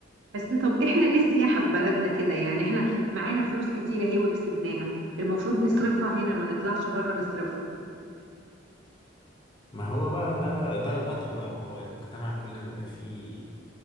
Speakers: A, on the right; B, on the left.
A: بس طب احنا ليه السياحة في بلدنا كده يعني احنا معانا فلوس كتيرة اهي وكسبناها المفروض نصرفها هنا ما نطلعش بره نصرفها
B: ما هو بقى ده ده القدر بقى ما هو المجتمع كل ما بيبقى فيه